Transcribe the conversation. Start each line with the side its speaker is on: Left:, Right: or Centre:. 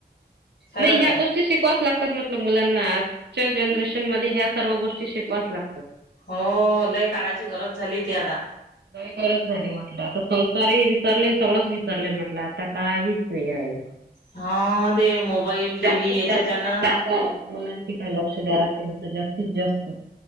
Left: खरंच
Right: नाही या
Left: आहे.
Right: गोष् ष्टी शिकवाच लागतात म्हटल मुलांना. आजच्या जनरेशन मध्ये ह्या सर्व गोष्टी शिकवाच लागतात.
Left: हो. लई काळाची गरज झाली ती आता.
Right: काही गरज झाली म्हटलं. आता संस्कारही विसरले, सगळंच विसरले म्हटलं आता काही वेळ आहे.
Left: हा ते मोबाईल
Right: अहो
Left: टी
Right: त्यांचं
Left: व्ही
Right: त्यांचं
Left: याच्याच्यानं
Right: म्हटलं आपण. मुलांची काय लक्ष द्यायला लागते म्हटलं जास्तीत जास्त.